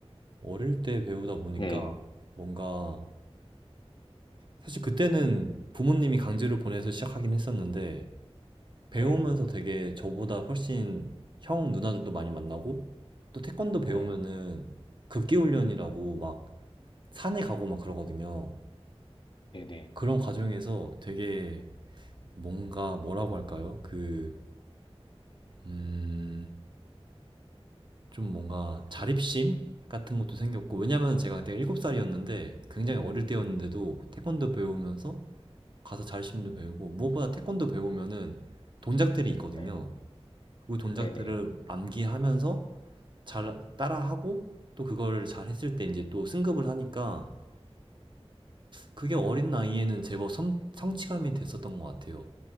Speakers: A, on the right; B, on the left.
A: 어릴 때 배우다 보니까
B: 네.
A: 뭔가 사실 그때는 부모님이 강제로 보내서 시작하긴 했었는데 배우면서
B: 네,
A: 되게 저보다 훨씬 형 누나들도 많이 만나고 또 태권도 배우면은
B: 네,
A: 극기훈련이라고 막 산에 가고 막 그러거든요.
B: 네, 네,
A: 그런 과정에서 되게 뭔가 뭐라고 할까요? 그, 음, 좀 뭔가 자립심 같은 것도 생겼고 왜냐면 제가 그때 일곱 살이었는데 굉장히 어릴 때였는데도 태권도 배우면서 가서 자립심도 배우고 무엇보다 태권도 배우면은 동작들이 있거든요.
B: 네,
A: 그 동작들을
B: 네, 네.
A: 암기하면서 잘 따라하고 또 그걸 잘 했을 때 이제 또 승급을 하니까 그게 어린 나이에는 제법 성, 성취감이 됐었던 것 같아요.